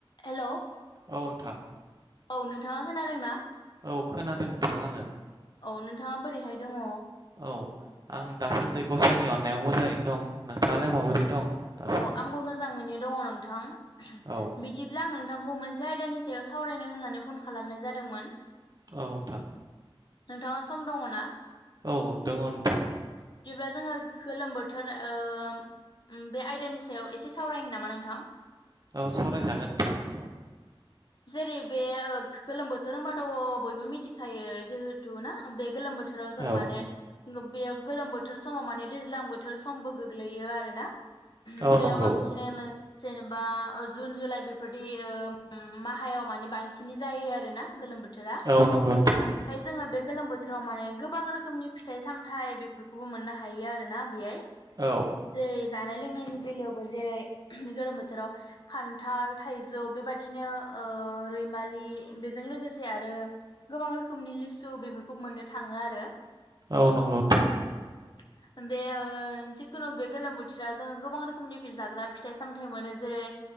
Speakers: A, on the left; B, on the right.
A: हेलौ
B: औ नोंथां
A: औ नोंथांङा खोनादों ना
B: औ खोनादों नोंथां आंङो औ
A: औ नोंथांङा बोरैहाय दंङ
B: औ आं दासान्दि गसाइनि अननायाव मोजांङैनो दं नोंथांङालाय माबोरै दं दासान्दि
A: अ आंबो मोजांङैनो दंङ नोंथां
B: औ
A: बिदिब्ला आं नोंथांखौ खौ मोनसे आयदानि सायाव सावरायनो होननानै फन खालामनाय जादोंमोन
B: औ नोंथां
A: नोंथांङा सम दंङ ना
B: औ दंङ नोंथां
A: बिदिब्ला जोंङो गोलोम बोथोर ओम ओ बे आयदानि सायाव एसे सावरायनो नामा नोंथां
B: औ सावरायजागोन नोंथां
A: जेरै बे ओ गोलोम बोथोर होनबाथ' बयबो मिथिखायो जिहेथु ना बे गोलोम बोथोर बोथोराव जों
B: औ
A: माने बेयो गोलोम बोथोर समाव माने दैज्लां बोथोर समबो गोग्लैयो आरोना,
B: औ
A: बेयाव
B: नंगौ
A: बांसिनै जेनबा जुन जुलाइ बेफोरदि ओ ओम माहायाव माने बांसिन जायो आरोना गोलोम बोथोरा
B: औ नंगौ नोंथां
A: ओमफ्राय जोङो बे गोलोम बोथोराव माने गोबां रोखोमनि फिथाइ सामथायाइ बेफोरखौबो मोननो हायो आरोना बेहाय
B: औ
A: जेरै जानाय लोंनायनि बेलायावबो जेरै गोलोम बोथोराव खान्थाल थाइजौ बेबाय दिनो ओ रैमालि बेजों लोगोसे आरो गोबां रोखोमनि लिसु बेफोरखौ मोननो थाङो आरो
B: ओ नोंगौ नोंथां
A: <inaudible> बे ओ जिखुनु बे गोलोम बोथोराव जोङो गोबां रोखोमनि जाग्रा फिथाइ सामथाइ मोनो जेरै